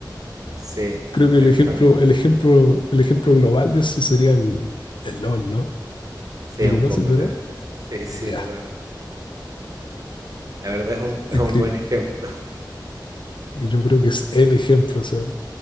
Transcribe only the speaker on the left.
Creo
que el ejemplo, el ejemplo, el ejemplo global de eso sería el, el LOL, ¿no?
¿Lo
conoces,
verdad?
Ya,
es
que
yo creo que es el ejemplo, o sea,